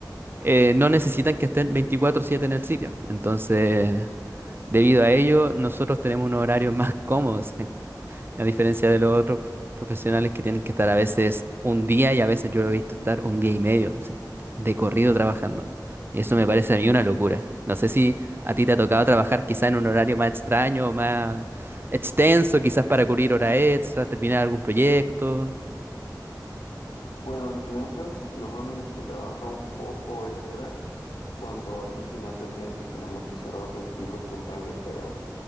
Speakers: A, on the right; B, on the left.
A: eh, no necesitan que estén 24/7 en el sitio. Entonces, debido a ello, nosotros tenemos unos horarios más cómodos. A diferencia de los otros profesionales que tienen que estar a veces un día y a veces yo lo he visto estar un día y medio, sí, de corrido trabajando. Y eso me parece a mí una locura. No sé si a ti te ha tocado trabajar quizá en un horario más extraño, más extenso, quizás para cubrir horas extras, terminar algún proyecto.
B: Bueno, en finanzas normalmente se trabaja un poco extra cuando es el final del mes y tenemos que cerrar los libros contables, pero